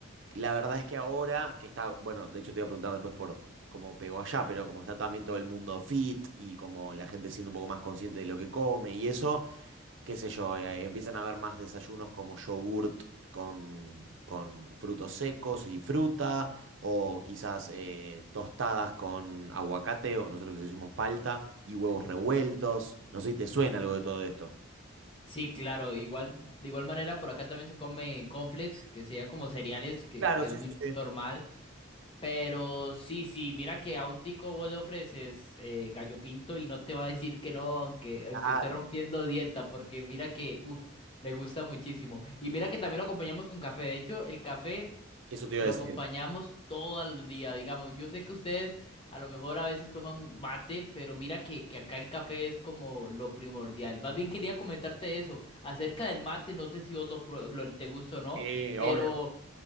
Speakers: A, on the right; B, on the left.
A: la verdad es que ahora que está, bueno, de hecho te iba a preguntar después por cómo pegó allá, pero como está también todo el mundo fit y como la gente siendo un poco más consciente de lo que come y eso, qué sé yo, eh, eh, empiezan a haber más desayunos como yogurt con, con frutos secos y fruta, o quizás eh, tostadas con aguacate, o nosotros le decimos palta, y huevos revueltos. No sé si te suena algo de todo esto.
B: Sí, claro, igual, de igual manera por acá también se come cornflakes, que sería como cereales, que,
A: Claro,
B: que
A: sí,
B: es muy
A: sí, sí.
B: normal, pero sí, sí, mira que a un tico vos le ofreces eh, gallo pinto y no te va a decir que no, aunque, aunque
A: Claro.
B: esté rompiendo dieta, porque mira que, uff, le gusta muchísimo. Y mira que también lo acompañamos con café, de hecho, el café...
A: Eso te iba
B: Lo
A: a decir.
B: acompañamos todo el día, digamos. Yo sé que ustedes a lo mejor a veces toman mu- mate, pero mira que, que acá el café es como lo primordial. Más bien quería comentarte eso, acerca del mate, no sé si vos lo, prue- lo- te gusta o no,
A: Sí,
B: pero
A: obvio.